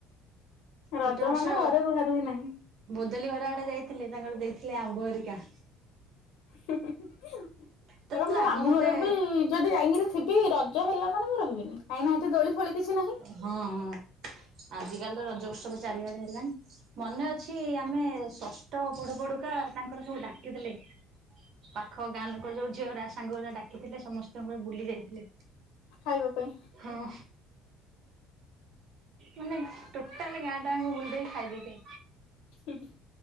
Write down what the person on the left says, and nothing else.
ରଜ
ମାନେ ଘରେ ରୁହା ରୁହି ନାହିଁ।
ହୁଁ ହୁଁ ହୁଁ ହୁଁ
ମୋର
ମୁଁ
ମାମୁଁ
ଘରେ ବି ଯଦି ଯାଇକିରି ଥିବି ରଜ ହେଲା ମାନେ ମୁଁ ରହିବିନି କାହିଁକି ନା ସେଠି ଦୋଳି ଫୋଳି କିଛି ନାହିଁ।
ଖାଇବା ପାଇଁ
ଉଁ ହୁଁ ହୁଁ।